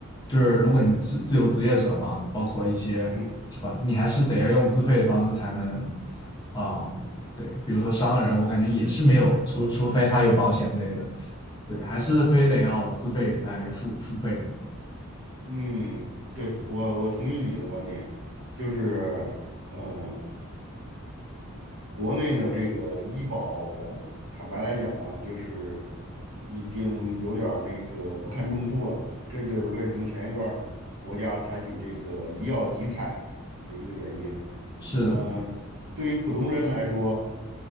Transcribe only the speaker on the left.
就是如果你自自由职业者嘛，包括一些是吧，
你还是得要用自费的方式才能，啊、对，比如说商人，我感觉也是没有，除除非他有保险之类的。对，还是非得要自费来付付费的。
是的，